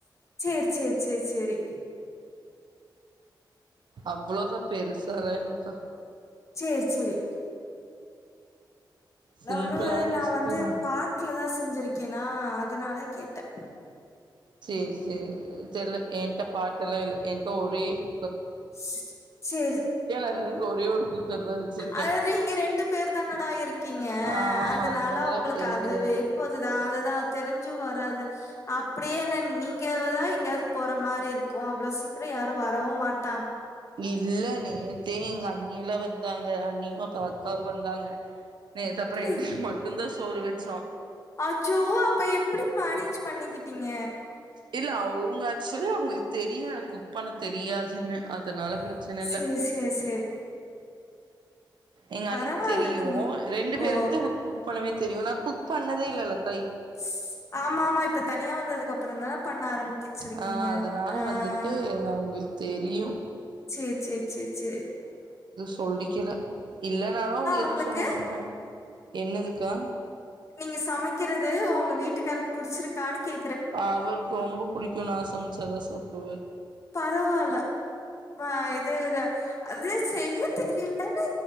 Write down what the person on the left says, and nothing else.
செர் செர் செர் செரி
செர் செரி
நானு நா
வந்து
பாட்ல தா செஞ்சிருக் ஓக்கேனா அதுனால கேட்டே
ஸ் செரி
அது நீங்க ரெண்டு பேர் தானடா இருக்கீங்க
அதுனால
உங்களுக்கு
அதுவே போதுதா அதுதா தெரிஞ்சு வராது அப்டியே என்ன நீங்கதா எங்கேயாவது போற மாரி இருக் கு அவ்ளோ சீக்கிரொ யாரு வரவும் மாட்
அப்டி
அச்சோ அப்ப எப்படி மனேஜ் பண்ணிகிட்டீங்க
சேரி சேரி சேரி
பரவால்ல
நீங்க
ஓ
ஸ் ஆமா ஆமா இப்ப தனியா வந்தது அப் ப்புரொ தான பண்ண ஆரம்பிக்கச்சிருக்கீங்க
ஆஹ்
செர் செர் செர் செ
உங்களுக்கு
நீங்க சமைக்கறிறது உங்க வீட்டுக்காருக்கு புடிச்சிருக்கான்னு கே
பரவாயில்ல ஆ இதேதா அது செய்ய தெரியலன்னு